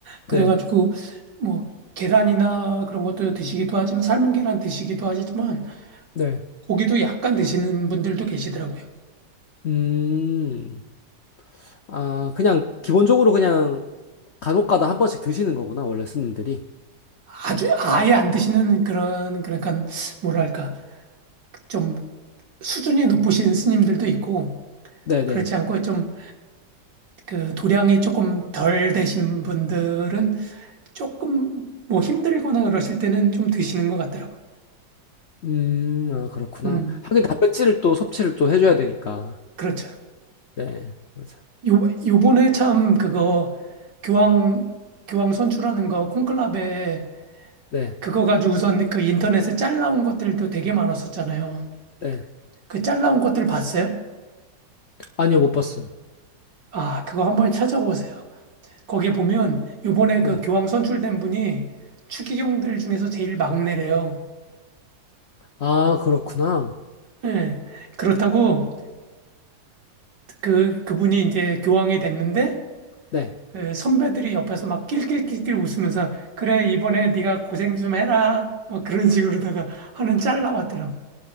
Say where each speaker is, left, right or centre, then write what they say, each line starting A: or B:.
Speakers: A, on the right; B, on the left.
A: 그래가지고
B: 네,
A: 뭐 계란이나 그런 것도 드시기도 하지만 삶은 계란 드시기도 하지만
B: 네.
A: 고기도 약간 드시는 분들도 계시더라고요.
B: 음, 아, 그냥, 기본적으로 그냥, 간혹 가다 한 번씩 드시는 거구나, 원래 스님들이.
A: 아주 아예 안 드시는 그런 그러니까 뭐랄까 좀 수준이 높으신 스님들도 있고
B: 네, 네.
A: 그렇지 않고 좀 그 도량이 조금 덜 되신 분들은 조금 뭐 힘들거나 그러실 때는 좀 드시는 것 같더라고요.
B: 음, 아, 그렇구나.
A: 음.
B: 하긴 단백질을 또 섭취를 또 해줘야 되니까.
A: 그렇죠.
B: 네, 맞아.
A: 요, 요번에 참 그거 교황, 교황 선출하는 거 콘클라베
B: 네,
A: 그거 가지고선 그 인터넷에 짤 나온 것들도 되게 많았었잖아요.
B: 네.
A: 그 짤 나온 것들 봤어요?
B: 아니요, 못 봤어요.
A: 아, 그거 한번 찾아보세요. 거기 보면 요번에
B: 네.
A: 그 교황 선출된 분이 추기경들 중에서 제일 막내래요.
B: 아, 그렇구나.
A: 예. 그렇다고 그, 그분이 이제 교황이 됐는데
B: 네.
A: 그 선배들이 옆에서 막 낄낄낄낄 웃으면서 그래 이번에 네가 고생 좀 해라 뭐 그런 식으로다가 하는 짤 나왔더라고요.